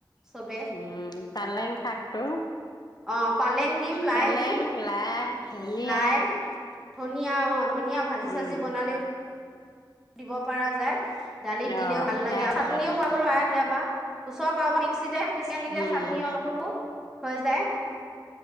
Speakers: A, in the centre; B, on the left (about 55°).
A: চবে
B: উম পালং শাকটো
A: অ পালেং দিম লাই
B: পালেং,
A: দিম
B: লাই, ধনিয়া
A: লাই ধনিয়া অ। ধনীয়া ভাজি
B: উম
A: চাজি বনালেও দিব পৰা যায়। দালিত দিলেও
B: অ
A: ভাল
B: সেয়া
A: লাগে আৰু
B: দিব
A: চাটনিও
B: লাগে
A: বোৱাবলৈ আহ ইয়াবা ওচৰ কাৰোবাৰ মিক্সিতে পিচি আনিলে
B: উম
A: চাটনি অলপ ললো হৈ যায়।